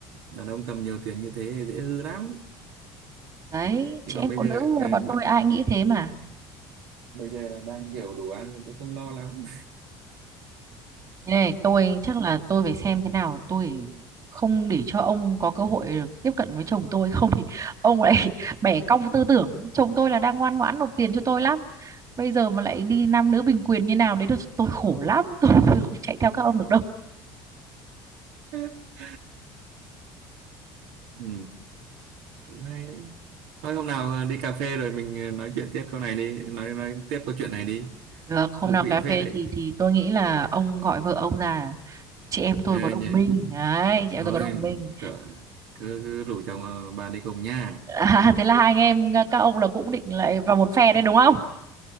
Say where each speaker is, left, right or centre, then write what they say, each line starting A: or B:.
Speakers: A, on the right (about 80°); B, on the right (about 35°).
A: đàn ông cầm nhiều tiền như thế thì dễ hư lắm
B: Đấy, chị
A: chứ còn
B: em
A: bây
B: phụ
A: giờ
B: nữ
A: ờ,
B: rồi
A: b-
B: bọn tôi ai nghĩ thế mà.
A: bây giờ đang kiểu đủ ăn thì tôi không lo lắm
B: Thế này, tôi chắc là tôi phải xem thế nào, tôi không để cho ông có cơ hội được tiếp cận với chồng tôi <laughs> không thì ông lại <laughs> bẻ cong tư tưởng. Chồng tôi là đang ngoan ngoãn nộp tiền cho tôi lắm. Bây giờ mà lại đi nam nữ bình quyền như nào đấy được tôi khổ lắm, <laughs> tôi, tôi không chạy theo các ông được đâu.
A: <laughs> ừ, cũng hay đấy thôi hôm nào ờ, đi cà phê rồi mình ờ, nói chuyện tiếp câu này đi nói nói tiếp câu chuyện này đi
B: Được, hôm
A: thú
B: nào
A: vị
B: cà
A: phết
B: phê
A: đấy
B: thì thì tôi nghĩ là ông gọi vợ ông ra chị em
A: Ờ,
B: tôi có đồng
A: nhỉ-
B: minh đấy chị em
A: thôi
B: tôi có đồng minh
A: cỡ, cứ, cứ rủ chồng ờ, bà đi cùng nha
B: <laughs> à, thế là hai anh em các ông là cũng định lại vào một phe đấy đúng không